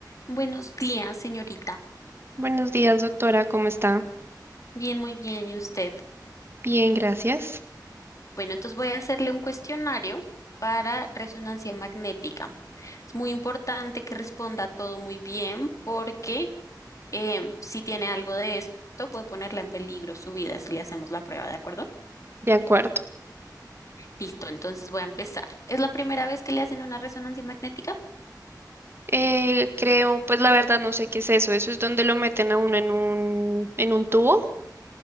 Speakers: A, on the left; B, on the right.
A: Buenos días, señorita.
B: Buenos días, doctora, ¿cómo está?
A: Bien, muy bien. ¿Y usted?
B: Bien, gracias.
A: Bueno, entonces voy a hacerle un cuestionario para resonancia magnética. Es muy importante que responda todo muy bien porque eh, si tiene algo de esto, puede ponerla en peligro su vida si le hacemos la prueba, ¿de acuerdo?
B: De acuerdo.
A: Listo, entonces voy a empezar. ¿Es la primera vez que le hacen una resonancia magnética?
B: Eh, creo, pues la verdad no sé qué es eso. Eso es donde lo meten a uno en un, en un tubo